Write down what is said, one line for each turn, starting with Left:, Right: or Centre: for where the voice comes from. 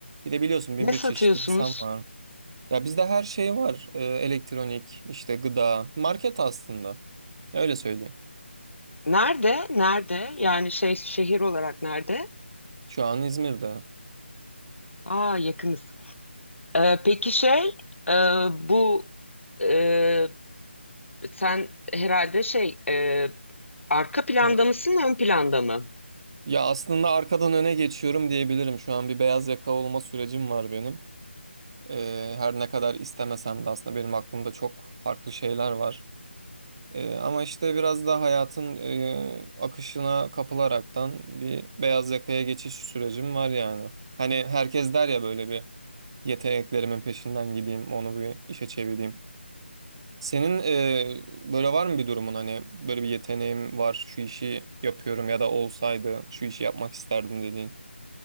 Right: Bir de biliyorsun
Left: Ne
Right: bin bir
Left: satıyorsunuz?
Right: çeşit insan var. Ya bizde her şey var. Ee, elektronik, işte gıda, market aslında. Öyle söyleyeyim.
Left: Nerede? Nerede? Yani şey şehir olarak nerede?
Right: Şu an İzmir'de.
Left: Aa yakınız. Ee, peki şey e, bu e, sen herhalde şey e, arka planda
Right: Evet.
Left: mısın ön planda mı?
Right: Ya aslında arkadan öne geçiyorum diyebilirim. Şu an bir beyaz yaka olma sürecim var benim. Ee, her ne kadar istemesem de aslında benim aklımda çok farklı şeyler var. Ee, ama işte biraz da hayatın e, akışına kapılaraktan bir beyaz yakaya geçiş sürecim var yani. Hani herkes der ya böyle bir yeteneklerimin peşinden gideyim, onu bir işe çevireyim. Senin e, böyle var mı bir durumun hani böyle bir yeteneğim var, şu işi yapıyorum ya da olsaydı şu işi yapmak isterdim dediğin?